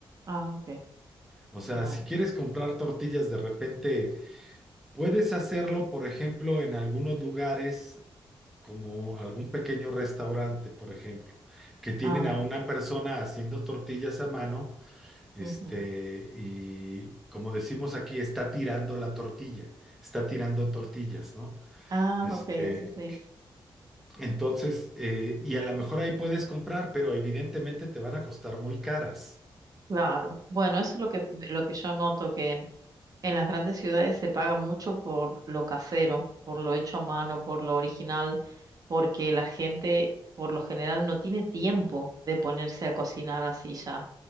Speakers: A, on the right; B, in the centre.
A: Ah, ok,
B: O sea,
A: no
B: si
A: hay.
B: quieres comprar tortillas de repente Puedes hacerlo, por ejemplo, en algunos lugares, como algún pequeño restaurante, por ejemplo, que tienen
A: Ah,
B: a una persona haciendo tortillas a mano, este,
A: ujú.
B: y como decimos aquí, está tirando la tortilla, está tirando tortillas, ¿no?
A: Ah,
B: Este,
A: ok, así se dice.
B: entonces, eh, y a lo mejor ahí puedes comprar, pero evidentemente te van a costar muy caras.
A: Claro. Bueno, eso es lo que, lo que yo noto, que en las grandes ciudades se paga mucho por lo casero, por lo hecho a mano, por lo original, porque la gente por lo general no tiene tiempo de ponerse a cocinar así ya.